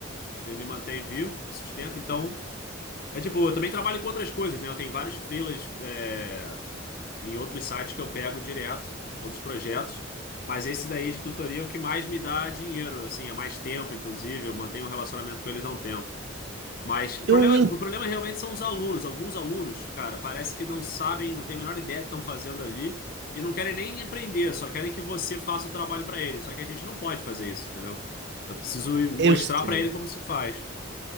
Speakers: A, on the left (about 45°); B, on the right (about 55°).
A: ele me mantém vivo, sustenta, então... É tipo, eu também trabalho com outras coisas, né? Eu tenho vários freelas, é, em outros sites que eu pego direto, outros projetos. Mas esse daí de tutoria é o que mais me dá dinheiro, assim, há mais tempo, inclusive. Eu mantenho um relacionamento com eles há um tempo. Mas o problema,
B: Eu não, en-
A: o problema realmente são os alunos. Alguns alunos, cara, parece que não sabem, não têm a menor ideia do que estão fazendo ali e não querem nem aprender, só querem que você faça o trabalho para eles. Só que a gente não pode fazer isso, entendeu? Eu preciso ir mostrar
B: eu sei.
A: para ele como se faz.